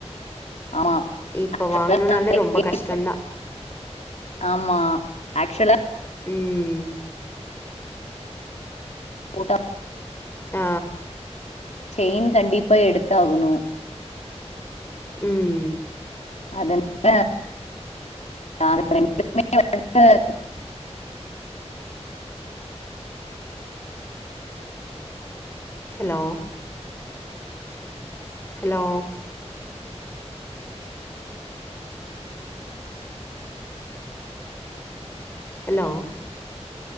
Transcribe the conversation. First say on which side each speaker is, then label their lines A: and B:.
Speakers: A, on the left; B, on the left.
A: ஆமா
B: இப்போ வாங்ணுனாலே
A: அதெல்லாம் நாங்க
B: ரொம்ப
A: இங்கே-
B: கஷ்டந்தா
A: ஆமா ஆக்சுவலா
B: ம்.
A: போட்டா
B: ஆ
A: செயின் கண்டிப்பா எடுத்து ஆகணு
B: ம்
A: அதனால அவுங்க ரெண்டுமே <unintelligible> வந்துட்டு
B: hello hello hello